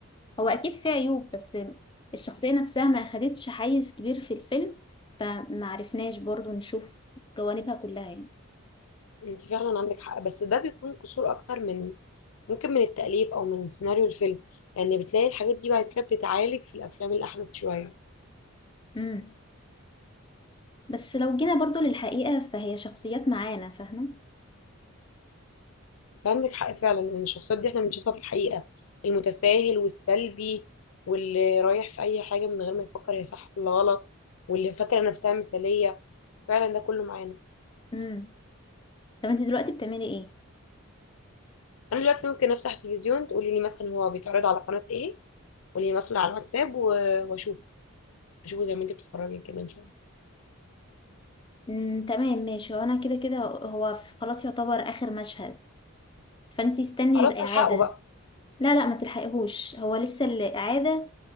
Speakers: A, on the left (about 20°); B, on the left (about 75°).
A: هو اكيد فيه عيوب بس الشخصية نفسها ما اخدتش حيز كبير في الفيلم فما عرفناش برضو نشوف جوانبها كلها يعني
B: انت فعلا عندك حق بس ده بيكون قصور اكتر من ممكن من التأليف او من سيناريو الفيلم يعني بتلاقي الحاجات دي بعد كده بتتعالج في الافلام الاحدث شوية
A: امم بس لو جينا برضو للحقيقة فهي شخصيات معانا فاهمة
B: عندك حق فعلا ان الشخصيات دي احنا بنشوفها في الحقيقة المتساهل والسلبي واللي رايح في اي حاجة من غير ما يفكر هي صح ولا غلط واللي فاكرة نفسها مثالية فعلا ده كله معانا
A: امم طب انت دلوقتي بتعملي ايه
B: انا دلوقتي ممكن افتح تلفزيون تقولي لي مثلا هو بيتعرض على قناة ايه قولي لي مثلا على الواتساب و- واشوف اشوفه زي ما انت بتتفرجي كده ان شاء الله
A: امم تمام ماشي وانا كده كده هو في- خلاص يعتبر اخر مشهد فانت استني
B: خلاص
A: الاعادة
B: هلحقه بقى
A: لا لا ما تلحقيهوش هو لسه الاعادة